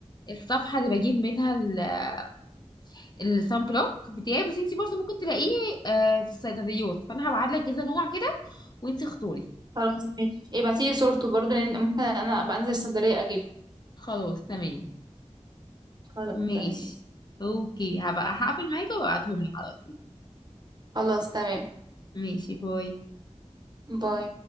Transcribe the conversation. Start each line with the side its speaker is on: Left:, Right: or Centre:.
Left: الصفحه اللي بجيب منها ال- آه، الصن بلوك بتاعي بس انتي برضه ممكن تلاقيه آه، في الصيدليات فانا هبعتلك كذا نوع كده وانتي اختاري
Right: خلاص ماشي ابعتيلي صورته برضه لان ممكن انا ابقى انزل الصيدلية اجيبه
Left: خلاص تمام
Right: خلاص
Left: ماشي
Right: تمام ماشي.
Left: اوكي هبقى هقفل معاكي وابعتهم لك على طول
Right: خلاص تمام
Left: ماشي باي
Right: باي